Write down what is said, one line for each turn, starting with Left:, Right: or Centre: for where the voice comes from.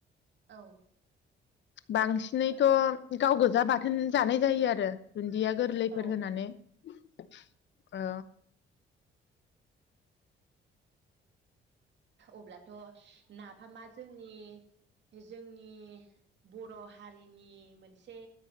Right: औ।
Left: बांसिनैथ गाव गोजा बाथोन जानाय जायो आरो। दुन्दिया गोरलैफोर
Right: औ
Left: होनानै औ।
Right: अब्लाथ' नाफामा जोंनि जोंनि बर' हारिनि मोनसे